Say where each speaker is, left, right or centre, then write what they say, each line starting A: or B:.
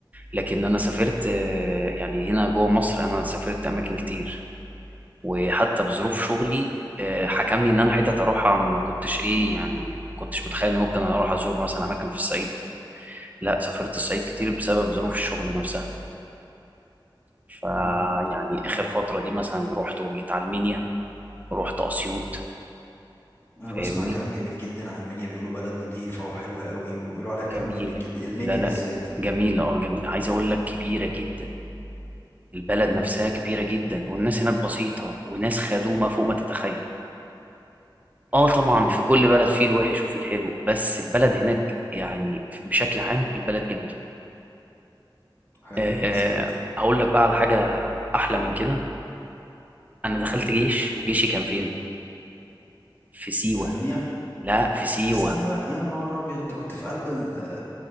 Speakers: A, on the right; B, on the left.
A: لكن انا سافرت آه، يعني هنا جوه مصر انا سافرت اماكن كتير وحتى بظروف
B: مم.
A: شغلي آه، حكمني ان انا حتت اروحها ما كنتش ايه يعني ما كنتش متخيل ان ممكن اروح ازور مثلا اماكن في الصعيد لا سافرت الصعيد كتير بسبب ظروف الشغل نفسها فيعني
B: مم. مم.
A: اخر فتره دي مثلا رحت وجيت على المنيا ورحت اسيوط
B: انا بسمع
A: فاهمني
B: كلام جميل جدا عن المنيا بيقولوا بلد نظيفة وحلوة قوي وبيقولوا عليها كلام
A: جميله
B: جميل جدا المنيا
A: لا لا
B: بالذات
A: جميلة اه جميلة عايز اقول لك كبيرة جدا البلد
B: مم.
A: نفسها كبيرة جدا والناس هناك بسيطة وناس خدومة فوق ما تتخيل اه طبعا
B: اوكي
A: في كل بلد فيه الوحش وفيه الحلو بس البلد هناك يعني بشكل عام البلد جميلة
B: حلو
A: آه
B: كويس جدا
A: هقول لك بقى على حاجة أحلى من كده أنا دخلت
B: مم.
A: جيش وجيشي كان فين؟ في سيوة
B: في المنيا
A: لا في سيوة
B: سيوة يا نهار أبيض أنت كنت في قلب ال